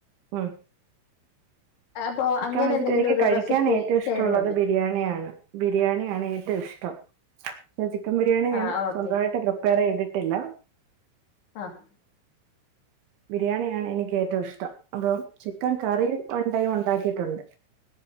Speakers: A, on the right (about 70°); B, on the left (about 70°).
A: ആഹ്
B: അപ്പൊ
A: ചിക്കൻ
B: അങ്ങനെ
A: വെച്ചിട്ട്
B: എന്തെങ്കിലും
A: എനിക്ക്
B: ഒരു
A: കഴിക്കാൻ
B: റെസിപ്പി
A: ഏറ്റവും ഇഷ്ടമുള്ളത്
B: ഷെയർ ചെയ്യാൻ പറ്റോ?
A: ബിരിയാണിയാണ് ബിരിയാണിയാണ് ഏറ്റോം ഇഷ്ടം ചിക്കൻ ബിരിയാണി
B: ആഹ്
A: ഞാൻ
B: ഓക്കെ
A: സ്വന്തായിട്ട് പ്രിപ്പയറെയ്തിട്ട് ട്ടില്ല
B: ആഹ്
A: ബിരിയാണിയാണ് എനിക്ക് ഏറ്റോം ഇഷ്ടം അപ്പൊ ചിക്കൻ കറി ഉണ്ടെ ണ്ടാക്കിട്ടുണ്ട്